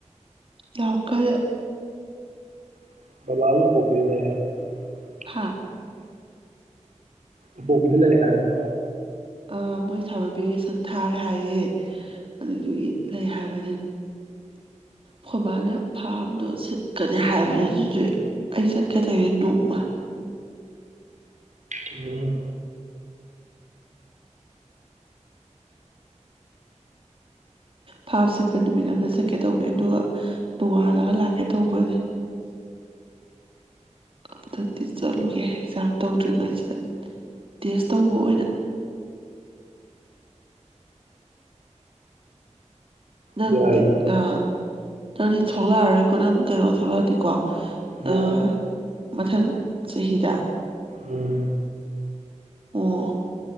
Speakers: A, on the right; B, on the right.
A: ꯌꯥꯝꯀꯜ
B: <unintelligible> <unintelligible>
A: ꯍꯥ
B: ꯎꯄꯣꯛꯄꯤꯗ ꯂꯩ ꯍꯥꯏ ꯕꯕꯥ
A: ꯑ ꯃꯣꯏ ꯁꯥꯃꯔ ꯚꯦꯀꯦꯁꯟ ꯊꯥꯔꯦ ꯍꯥꯏꯌꯦ ꯑꯗꯨꯗꯨꯒꯤ ꯂꯩ ꯍꯥꯏꯕꯅꯦ ꯈꯣꯏꯃꯥꯅ ꯐꯥꯝꯗꯣ ꯁꯤꯠꯀꯅꯤ ꯍꯥꯏꯕꯅꯦ ꯑꯗꯨꯗꯨꯏ ꯑꯩ ꯆꯠꯀꯦ ꯇꯧꯔꯤꯅꯦ ꯅꯣꯡꯃ
B: ꯎꯝ
A: ꯐꯥꯝ ꯁꯤꯠꯄ ꯅꯨꯃꯤꯠ ꯑꯃ ꯆꯠꯀꯦ ꯇꯧꯕꯅꯦ ꯑꯗꯨꯒ ꯅꯣꯡꯉꯥꯜꯂꯒ ꯂꯥꯛꯀꯦ ꯇꯧꯕꯅꯦ ꯑꯝꯇꯪꯗꯤ ꯆꯠꯂꯨꯒꯦ ꯑꯦꯛꯖꯥꯝ ꯇꯧꯗ꯭ꯔꯤꯉꯩꯁꯤꯗ ꯇꯦꯁ ꯇꯧꯕ ꯑꯣꯏꯅ ꯅꯪꯗꯤ
B: ꯌꯥꯏꯅꯦ
A: ꯑꯥ ꯅꯪꯗꯤ ꯊꯣꯛꯂꯛꯑꯔꯣꯏꯀꯣ ꯅꯪ ꯀꯩꯅꯣ ꯊꯣꯛꯂꯛꯑꯅꯤꯀꯣ
B: ꯎꯝ
A: ꯑ ꯃꯊꯪ ꯆꯍꯤꯗ
B: ꯎꯝ
A: ꯑꯣ